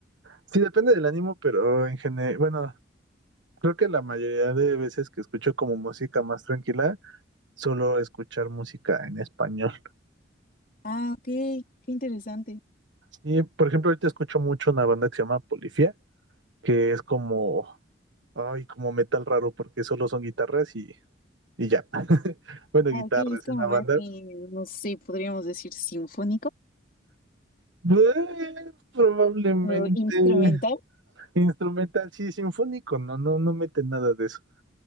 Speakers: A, on the right (about 80°); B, on the left (about 45°).
A: sí depende del ánimo, pero en general, bueno, creo que la mayoría de veces que escucho como música más tranquila, solo escuchar música en español.
B: Ah, ok. Qué interesante.
A: Y por ejemplo, ahorita escucho mucho una banda que se llama Polifia, que es como, ay, como metal raro, porque solo son guitarras y, y ya. Bueno,
B: Ah,
A: guitarras
B: ok. Es como
A: en la
B: más,
A: banda,
B: eh, no sé, podríamos decir sinfónico
A: <laughs> Eh, Probablemente
B: o instrumental.
A: instrumental, sí, sinfónico, no, no, no mete nada de eso.